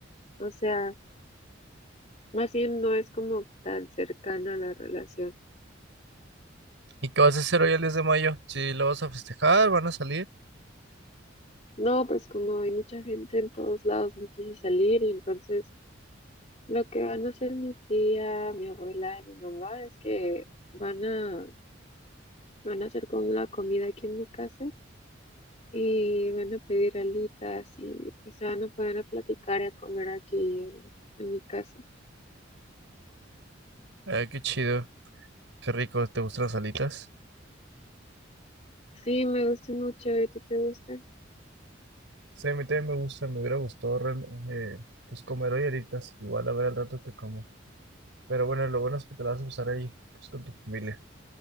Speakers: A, on the left (about 35°); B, on the right (about 65°).
A: o sea, más bien no es como tan cercana la relación.
B: ¿Y qué vas a hacer hoy el 10 de mayo? Si lo vas a festejar, van a salir.
A: No, pues como hay mucha gente en todos lados, no quise salir y entonces lo que van a hacer mi tía, mi abuela y mi mamá es que van a, van a hacer como la comida aquí en mi casa y van a pedir alitas y o sea, no pueden a platicar y a comer aquí en, en mi casa.
B: Ay, qué chido, qué rico, ¿te gustan las alitas?
A: Sí, me gusta mucho, ¿y a ti te gusta?
B: Sí, a mí también me gusta, me hubiera gustado real- eh, pues comer hoy alitas, igual a ver el rato que como. Pero bueno, lo bueno es que te la vas a pasar ahí, pues, con tu familia.